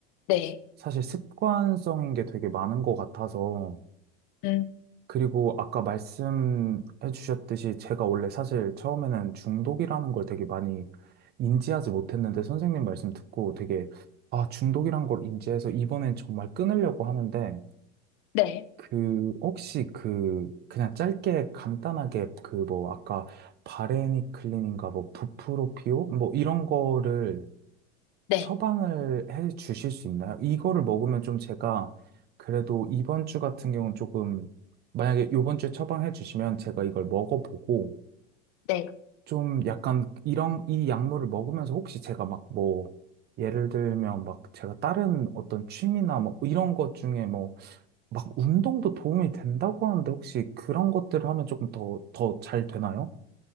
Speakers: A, on the left; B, on the right.
A: 네,
B: 사실 습관성인 게 되게 많은 것 같아서
A: 음,
B: 그리고 아까 말씀해 주셨듯이 제가 원래 사실 처음에는 중독이라는 걸 되게 많이 인지하지 못했는데 선생님 말씀 듣고 되게 아, 중독이란 걸 인지해서 이번엔 정말 끊으려고 하는데
A: 네,
B: 그, 혹시 그, 그냥 짧게 간단하게 그 뭐, 아까 바레니 클린인가 뭐, 부프로피오? 뭐, 이런 거를
A: 네,
B: 처방을 해 주실 수 있나요? 이거를 먹으면 좀 제가 그래도 이번 주 같은 경우는 조금, 만약에 이번 주에 처방해 주시면 제가 이걸 먹어보고
A: 네.
B: 좀 약간 이런, 이 약물을 먹으면서 혹시 제가 막 뭐, 예를 들면 막 제가 다른 어떤 취미나 뭐 이런 것 중에 뭐 막 운동도 도움이 된다고 하는데 혹시 그런 것들을 하면 조금 더, 더 잘 되나요?